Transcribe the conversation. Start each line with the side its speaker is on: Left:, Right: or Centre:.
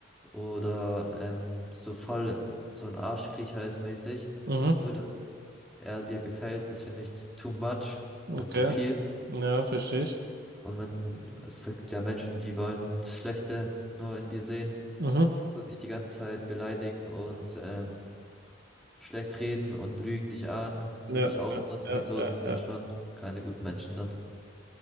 Centre: oder ähm, so voll so ein Arschkriecher ist mäßig,
Right: Mhm,
Centre: nur dass er dir gefällt, das finde ich too much
Right: okay.
Centre: und zu viel.
Right: Ja, verstehe ich.
Centre: Und wenn es gibt ja Menschen, die wollen das Schlechte nur in dir sehen,
Right: Mhm.
Centre: nur dich die ganze Zeit beleidigen und ähm, schlecht reden und lügen dich an,
Right: Ja,
Centre: tun dich ausnutzen
Right: ja, ja,
Centre: und so,
Right: ja.
Centre: das sind
Right: Ja,
Centre: ja schon keine guten Menschen dann.